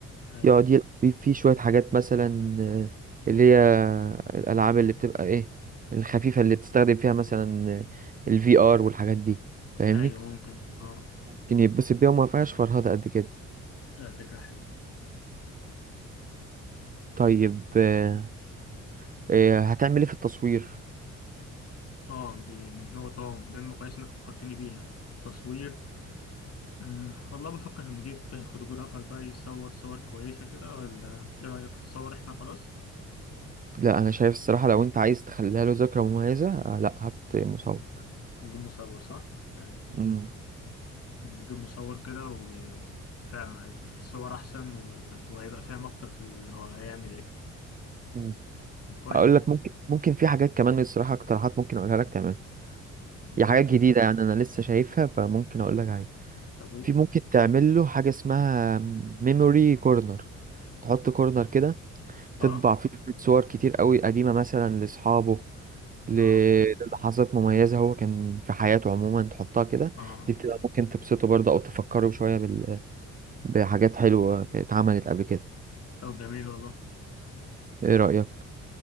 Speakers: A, on the left (about 55°); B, on the right (about 30°).
A: أيوة
B: يقعد يلعب بيه فيه شوية حاجات مثلا آه، اللي هي الألعاب اللي بتبقى ايه الخفيفة اللي بتستخدم فيها مثلا الفي ار والحاجات دي فاهمني
A: أيوة ممكن آه
B: كان يتبسط بيها وما فيهاش فرهدة قد كده
A: لا فكرة حلوة
B: طيب آه، آه، هتعمل ايه في التصوير
A: آه دي نقطة مهمة كويس إنك فكرتني بيها التصوير آه والله بفكر هنجيب فوتوغرافر بقى يصور صور كويسة كده ولا إيه رأيك نصور إحنا خلاص؟
B: لا انا شايف الصراحة لو انت عايز تخليها له ذكرى مميزة آه، لا هات مصور
A: نجيب مصور صح؟ أيوة.
B: مم.
A: نجيب مصور كده وفعلا هيبقى الصور أحسن و... وهيبقى فاهم أكتر في اللي هو هيعمل إيه
B: مم.
A: طب كويس
B: اقول
A: والله
B: لك ممكن ممكن في حاجات كمان الصراحة اقتراحات ممكن اقولها لك تعملها هي
A: قول
B: حاجات
A: كده
B: جديدة يعني انا لسه شايفها فممكن اقول لك عليها
A: طب و...
B: في ممكن تعمل له حاجة اسمها ميموري كورنر تحط كورنر كده تطبع
A: آه
B: فيه شوية صور كتير قوي قديمة مثلا لاصحابه ل-
A: آه
B: للحظات مميزة هو كان في حياته عموما تحطها كده
A: آه
B: دي بتبقى ممكن تبسطه برضه أو تفكره شوية بال... بحاجات حلوة كانت اتعملت قبل كده
A: طب جميل والله
B: إيه رأيك؟